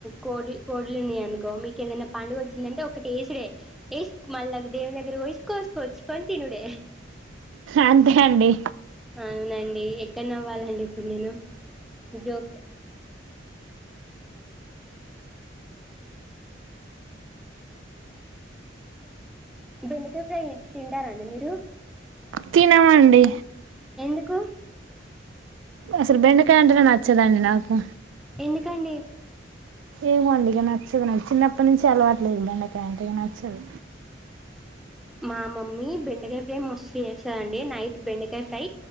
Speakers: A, in the centre; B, on the right.
A: కోడి కోడులుని అనుకో మీకు ఏదైనా పండుగ వచ్చిందంటే ఒకటి వేసుడే వేసు మళ్ళీ దేవుని దగ్గర పోసి కోసుకొచ్చుకొని తినుడే
B: అంతే అండి
A: అవునండి ఎక్కడన అవ్వాలండి ఇప్పుడు నేను ఇది ఓకే బెండకాయ ఫ్రై తింటారండి మీరు
B: తినమండి
A: ఎందుకు
B: అసలు బెండకాయ అంటనే నచ్చదండి నాకు
A: ఎందుకండి
B: ఏమో అండిగ నచ్చదు నా చిన్నప్పటి నుంచి అలవాటు లేదు బండి అ ఇంటిగా నచ్చదు
A: మా మమ్మీ బెండకాయ ఫ్రై మస్తు చేస్తందిండి నైట్ బెండకాయ ఫ్రై